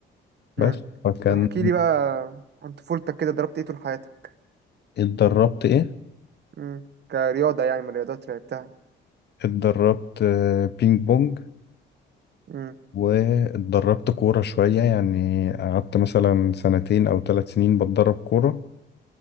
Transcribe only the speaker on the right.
امم
طب احكي لي بقى عن طفولتك كده ضربت ايه طول حياتك
امم كرياضة يعني من الرياضات اللي لعبتها
امم